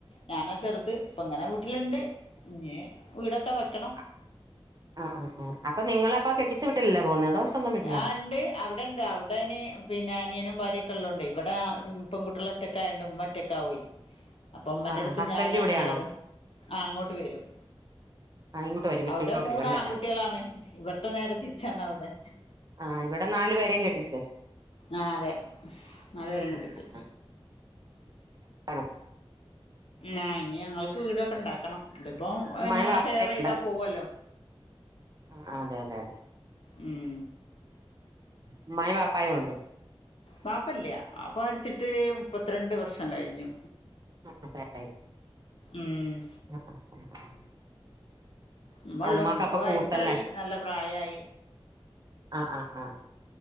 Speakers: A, on the left; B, on the right.
A: ഞാനാ ചെറുത് ഇപ്പം ഇങ്ങനെ വീട്ടില്ണ്ട് ഇഞ്ഞി വീടൊക്കെ വെക്കണം.
B: ആ ആ ആ ആ അപ്പൊ നിങ്ങളെ അപ്പോ കെട്ടിച്ച വിട്ടിലല്ലോ പോകുന്നത്? സ്വന്തം വീട്ടിലോ
A: ആഹ്‌ ണ്ട്. അവിടെ ഉണ്ട് അവടയ്ന് പിന്നെ അനിയനും ഭാര്യൊക്കെ ഉള്ളോണ്ട് ഇവിടെ പെൺകുട്ട്യോള് ഒറ്റക്കായോണ്ട് ഉമ്മഒറ്റക്കാവോയ്‌. അപ്പൊ ഉമ്മന്റെ
B: ആ
A: അടുത്ത്
B: ആ ഹസ്ബൻഡ്
A: ഞാനാണള്ളത്
B: ഇവിടെയാണോ
A: ആഹ് അങ്ങോട്ട് വരും.
B: ആ ഇങ്ങോട്ട് വരും
A: അവിടെ
B: വീട്ടിലോട്ട്
A: മൂന്ന്
B: വരും അല്ലേ
A: ആൺകുട്ട്യോളാണ് ഇവിടത്തെ നേരെ തിരിച്ചാണ് അവിടെ.
B: ആഹ് ഇവിടെ നാല് പേരെയും കെട്ടിച്ച്.
A: ആഹ് അതെ നാല് പേരയും
B: ആ
A: കെട്ടിച്ച്.
B: ആ ആണോ
A: ആഹ് ഇനി ഞങ്ങൾക്ക് വീടൊക്കെ ഇണ്ടാക്കണം ഇതിപ്പോം പിന്നെ
B: ഉമ്മായും വാപ്പായും
A: ഷെയർ ചെയ്താ പോവല്ലോ.
B: ആഹ് അതെ അതെ അതെ.
A: ഉം.
B: ഉമ്മായും ബപ്പായും ഉണ്ട്.
A: വാപ്പല്ല വാപ്പ മരിച്ചിട്ട് മുപ്പത്തിരണ്ട് വർഷം കഴിഞ്ഞു.
B: <unintelligible>
A: ആഹ്.
B: <unintelligible>
A: ഉമ്മള്ളു
B: ആ, ഉമ്മാക്ക്
A: ഉമ്മക്ക്
B: അപ്പൊ
A: വയസ്സായി
B: കൂട്ടല്ലേ
A: നല്ല പ്രായായി.
B: ആഹ് ആഹ് ആഹ്.